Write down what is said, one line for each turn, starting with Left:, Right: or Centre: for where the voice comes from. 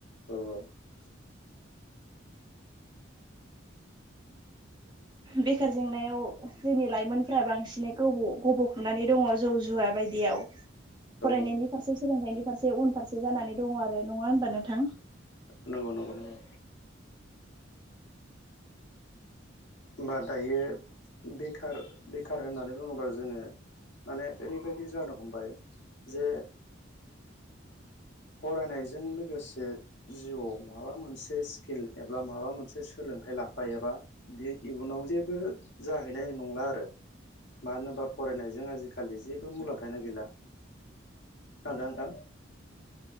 Left: औ औ बि
Right: बेखार जेंनायाव जोंनि लाइमोनफ्रा बांसिनै गोबाव गब'खबनानै दङ जौ जुवा बायदि दियाव फरायनायनि
Left: औ
Right: फारसे सोलोंनायनि फारसे उनफारसे जानानै दङ आरो नङा होनबा नोंथां
Left: नंगौ नंगौ नंगौ होमबा दायो बेखार बेखार होननानै बुङोबा जोङो माने ओरैबायदि जादों हमबाय जे फरायनायजों लोगोसे जिउआव माबा मोनसे स्किल एबा माबा मोनसे सोलों लांखाय लाफायो एबा बे इयुनाव जेबो जाहैनाय नंला आरो। मानो होनोबा फरायनायजों आजिखालि जेबो मुलाम्फायानो गैला। खोनादों ना नोंथां?